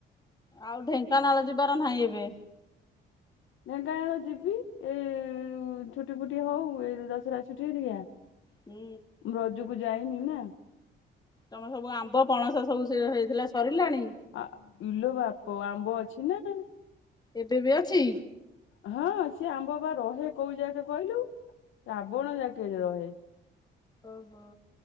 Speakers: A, on the left; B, on the left.
A: ଆଉ ଢେଙ୍କାନାଳ ଯିବାର ନାହିଁ ଏବେ?
B: ଢେଙ୍କାନାଳ ଯିବି। ଏଇ ଛୁଟି ଫୁଟି ହଉ ଏଇ ଦଶହରା ଛୁଟି ହେରିକା।
A: ହୁଁ।
B: ରଜକୁ ଯାଇନି ନା।
A: ତମର ସବୁ ଆମ୍ବ ପଣସ ସବୁ ହେଇଥିଲା ସରିଲାଣି?
B: ଆ ଇଲୋ ବାପ ଆମ୍ବ ଅଛି ନା ନାହିଁ।
A: ଏବେ ବି ଅଛି?
B: ହଁ ସିଏ ଆମ୍ବ ବା ରହେ କୋଉ ଯାକେ କହିଲୁ ଶ୍ରାବଣ ଯାକେ ରହେ।
A: ଓହୋ।